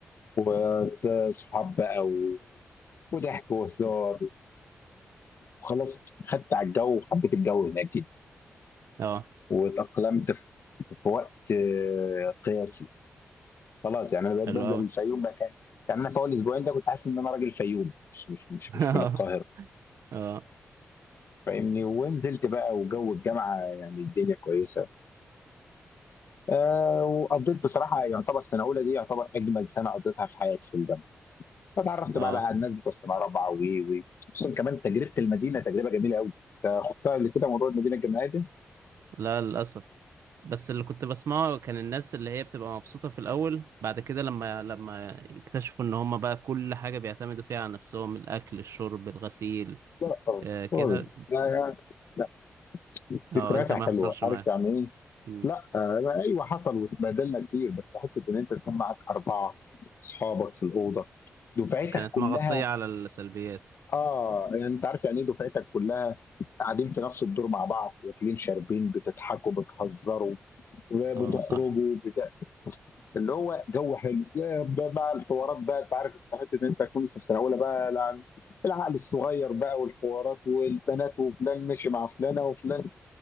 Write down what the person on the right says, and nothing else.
اه
حلو
قوي
<laughs> اه
اه
اه
لا للاسف بس اللي كنت بسمعه كان الناس اللي هي بتبقى مبسوطة في الاول بعد كده لما لما يكتشفوا ان هم بقى كل حاجة بيعتمدوا فيها على نفسهم الاكل الشرب الغسيل
آه كده
اه
انت ما
حصلش
معاك
مم.
كانت
مغطية على السلبيات
اه صح